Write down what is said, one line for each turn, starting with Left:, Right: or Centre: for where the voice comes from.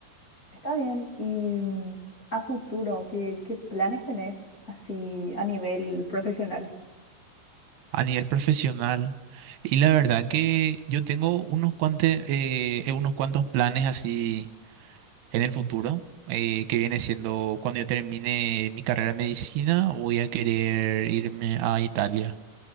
Left: Está bien, y mm, a futuro, ¿qué, qué planes tenés así a nivel profesional?
Right: A nivel profesional, y la verdad que yo tengo unos cuantos, unos cuantos planes así en el futuro, eh, que viene siendo cuando yo termine mi carrera de medicina, voy a querer irme a Italia.